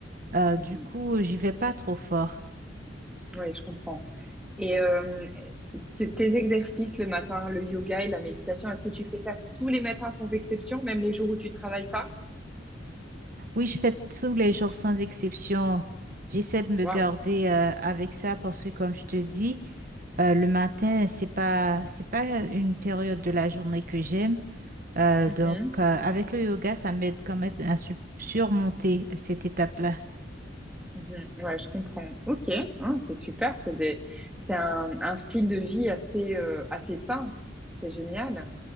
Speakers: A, on the right; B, in the centre.
A: Euh,
B: Oui,
A: du coup, j'y vais pas trop fort.
B: je comprends. Et euh, t- tes exercices le matin, le yoga et la méditation, est-ce que tu fais ça tous les matins sans exception, même les jours où tu travailles pas?
A: Oui, je fais tous les jours sans exception. J'essaie de me
B: Waouh.
A: garder euh, avec ça parce que, comme je te dis, euh, le matin, c'est pas, c'est pas une période de la journée que j'aime. Euh,
B: Mhm.
A: donc, euh, avec le yoga, ça m'aide quand même à su- surmonter cette étape-là.
B: Mhm. Ouais, je comprends. Ok, Ah, c'est super. C'est des, c'est un, un style de vie assez, euh, assez sain. C'est génial.